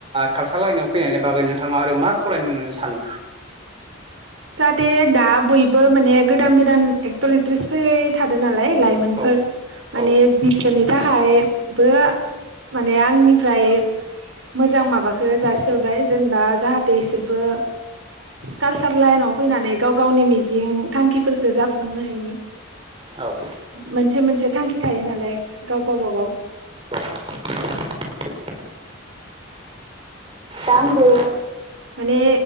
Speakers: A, on the right (about 25°); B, on the right (about 80°).
A: कालसार लाइनाव फैनायनि बागै नोंथाङा आरो मा खावलायनो होननानै सानो?
B: जाहाथे दा बयबो माने गोदान गोदान एक्टर एक्ट्रिस फैबाय थादोंना लाय लाइमोनफोर
A: औ औ
B: माने बिसोरनि थाखाय खायबो माने आंनिफ्राय मोजां माबाखो जासिहरबाय जेनेबा जाहाथे इसोरबो काल सार लाइनाव फैनानै गाव गावनि मिजिं थांखिफोरखौ जाफुंहोनायनि
A: औ
B: <inaudible> मोनसे मोनसे थांखि थायो नालाय गाव गावबागाव।
A: <inaudible> दा आंबो
B: माने